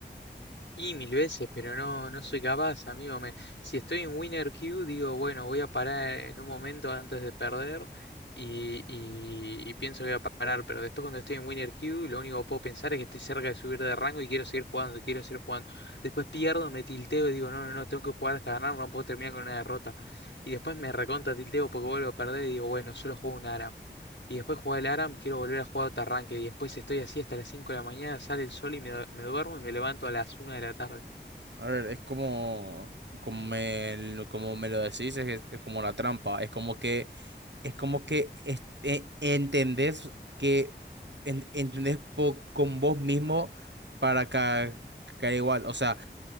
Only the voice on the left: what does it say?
Sí, mil veces, pero no, no soy capaz, amigo. Me, si estoy en Winner Q, digo, bueno, voy a parar en un momento antes de perder y, y- y pienso que voy a parar, pero después cuando estoy en Winner Q, lo único que puedo pensar es que estoy cerca de subir de rango y quiero seguir jugando, quiero seguir jugando. Después pierdo, me tilteo y digo, no, no, no, tengo que jugar hasta ganar, no puedo terminar con una derrota. Y después me recontra tilteo porque vuelvo a perder y digo, bueno, solo juego un ARAM. Y después jugar el ARAM, quiero volver a jugar otro arranque. Y después estoy así hasta las 5 de la mañana, sale el sol y me, du- me duermo y me levanto a las una de la tarde.